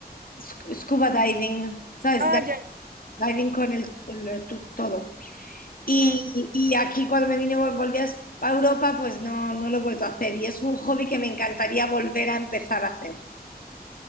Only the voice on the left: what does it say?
sc- scuba diving, ¿sabes?
Di-
Diving con el, el- tu- todo. Y,
y aquí cuando me vine, vol- volví a Es- a Europa, pues no, no lo he vuelto a hacer. Y es un hobby que me encantaría volver a empezar a hacer,